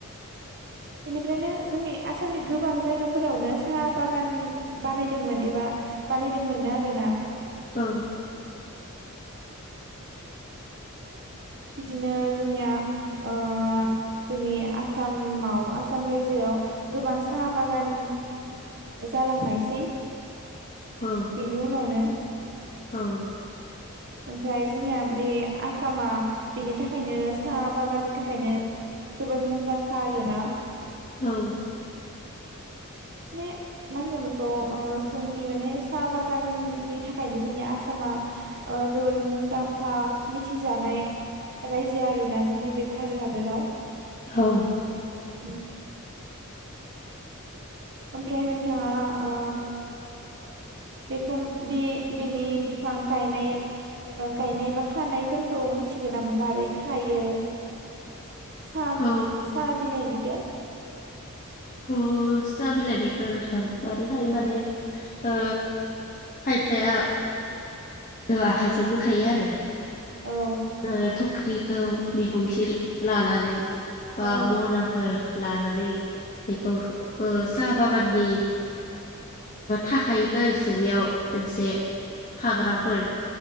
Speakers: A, on the right; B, on the left.
A: बेनिफ्रायनो जोंनि आसामनि गोबां जायगाफोरावनो साहा बागान बानायदोंमोन एबा बानायदोंमोननो आरोना।
B: औ।
A: बिदिनो जोंनिया ओ जोंनि आसामाव आसाम रायजोआव गोबां साहा बागान जालांनायसै।
B: औ
A: बेनि उनावनो।
B: औ।
A: ओमफ्राय जोंनिया बे आसामा बेनि थाखायनो साहा बागाननि थाखायनो जोबोर मुंदांखा आरोना।
B: औ।
A: मे मा होनगोन बेखौ ओ जोंनि माने साहा बागाननि थाखायनो जोंनि आसामा ओ जोबोर मुंदांखा मिथिजानाय रायजो आरोना जोंनि बे भारत हादराव।
B: हौ।
A: उम। ओमफ्राय नोंथाङा ओ बेखौ बे बेनि बिफां गायनाय गायनाय बा खानायफोरखौ मिथिगौ नामा मारै खायो। सा
B: औ
A: साहा बिलाइनिखौ।
B: ओ बिलायनायखौ नोंथां मादखायो माने ओ खायफाया आखाइजों बोखायो आरो।
A: औ
B: ओद थख्रिखौ बिखुनसे लानानै बा
A: औ
B: मराफोर ला नानै बेखौ साहा बागाननि थाखायोना बिसोरनियाव मोनसे हाग्राफोर।